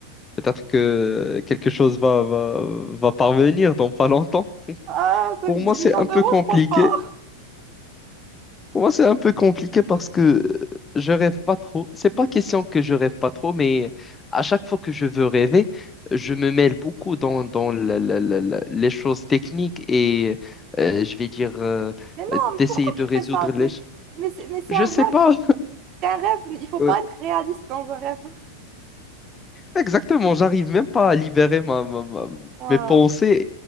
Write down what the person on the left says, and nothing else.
peut-être que quelque chose va, va, va parvenir dans pas longtemps.
Pour moi,
c'est
un
peu compliqué.
Pour moi, c'est un peu compliqué parce que je rêve pas trop. C'est pas question que je rêve pas trop, mais à chaque fois que je veux rêver, je me mêle beaucoup dans, dans la- la- la- la- les choses techniques et euh, je vais dire euh,
d'essayer
de
résoudre
les...
ch-
Je
sais
pas.
<laughs>
Exactement, j'arrive même pas à libérer ma, ma- ma-
mes pensées